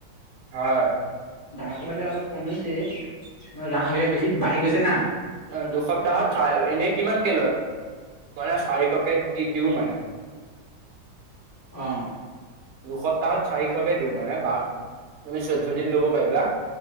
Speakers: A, on the right; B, on the left.
A: হয়।
B: দানাটো বালে অলপ কমিছে, মে গাহৰিৰ বিলাক বেছি বাঢ়ি গৈছে না।
A: অ' দুসপ্তাহত চাই এনেই কিমানকে লয়? মানে চাৰিশকে দি দিওঁ মানে।
B: অ'।
A: দুসপ্তাহত চাৰিশকে দিওঁ মানে, বা তুমি চৈধ্যয় দিন লব পাৰিবা।